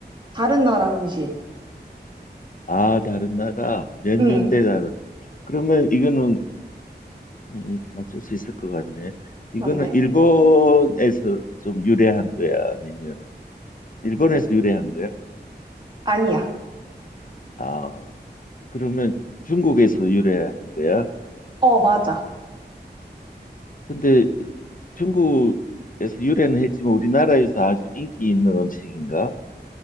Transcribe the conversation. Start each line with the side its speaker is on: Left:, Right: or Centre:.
Right: 다른 나라 음식.
Left: 아, 다른 나라. 면년대잖
Right: 응,
Left: 그러면 이거는 음, 맞출 수 있을 것 같네. 이거는
Right: 뭔데?
Left: 일본에서 좀 유래한 거야? 아니면 일본에서
Right: 응,
Left: 유래한 거야?
Right: 아니야.
Left: 아, 그러면 중국에서 유래한 거야?
Right: 어, 맞아.
Left: 근데 중국에서 유래는 했지만 우리나라에서 아주 인기 있는 음식인가?